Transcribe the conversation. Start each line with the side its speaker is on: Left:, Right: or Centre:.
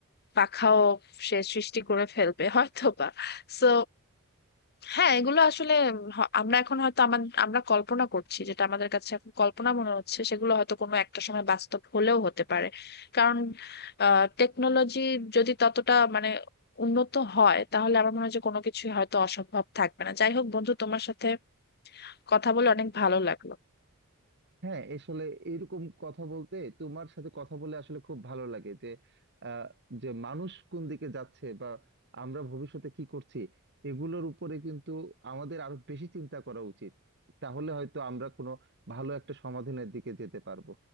Left: পাখাও সে সৃষ্টি করে ফেলবে <laughs> হয়তো বা সো হ্যাঁ এগুলো আসলে হ- আমরা এখন হয়তো আমাদের আমরা কল্পনা করছি যেটা আমাদের কাছে এখন কল্পনা মনে হচ্ছে সেগুলো হয়তো কোনো একটা সময় বাস্তব হলেও হতে পারে কারণ টেকনোলজি যদি ততটা মানে উন্নত হয় তাহলে আমার মনে হয় যে কোনো কিছুই হয়তো অসম্ভব থাকবে না যাই হোক বন্ধু তোমার সাথে কথা বলে অনেক ভালো লাগলো
Right: হ্যাঁ আসলে এরকম কথা বলতে তোমার সাথে কথা বলে আসলে খুব ভালো লাগে যে আহ, যে মানুষ কোন দিকে যাচ্ছে বা আমরা ভবিষ্যতে কি করছি এগুলোর উপরে কিন্তু আমাদের আরো বেশি চিন্তা করা উচিত তাহলে হয়তো আমরা কোনো ভালো একটা সমাধানের দিকে যেতে পারবো